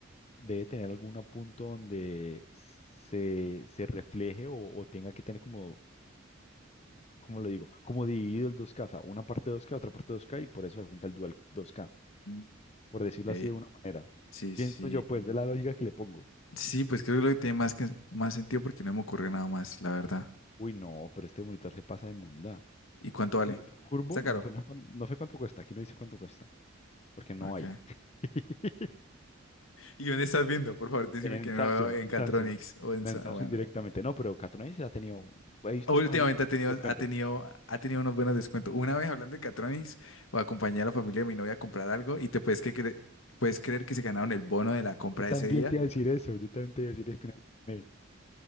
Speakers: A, on the left (about 30°); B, on the left (about 80°).
A: debe tener algún punto donde se, se refleje o, o tenga que tener como, como lo digo, como dividido el 2K, o sea, una parte 2K, otra parte 2K, y por eso se junta el Dual 2K.
B: Mm,
A: por decirlo
B: Ok.
A: así de una manera.
B: Sí,
A: Pienso
B: sí.
A: yo, pues, de la lógica que le pongo.
B: Sí, pues creo que lo que tiene más, que, más sentido porque no me ocurre nada más, la verdad.
A: Uy, no, pero este monitor se pasa de mondá.
B: ¿Y cuánto vale?
A: Monitor curvo,
B: ¿Está caro?
A: no, pues, no sé cuán- no sé cuánto cuesta, aquí no dice cuánto cuesta, porque no
B: Ok.
A: hay. <laughs>
B: ¿Y dónde estás viendo? Por favor, decime
A: En
B: que no
A: Samsung,
B: en
A: en
B: Catronics
A: Samsung.
B: o en...
A: No,
B: Sa-
A: en Samsung
B: Bueno.
A: directamente. No, pero Catonais ha tenido, he visto
B: Últimamente
A: unos ahí.
B: ha tenido,
A: Te cuente.
B: ha tenido, ha tenido unos buenos descuentos. Una vez hablando de Catronics, acompañé a la familia de mi novia a comprar algo y te puedes, que cre- puedes creer que se ganaron el bono de la compra
A: Yo
B: de
A: también
B: ese día.
A: te iba a decir eso, yo también te iba a decir eso. que una vez me gané.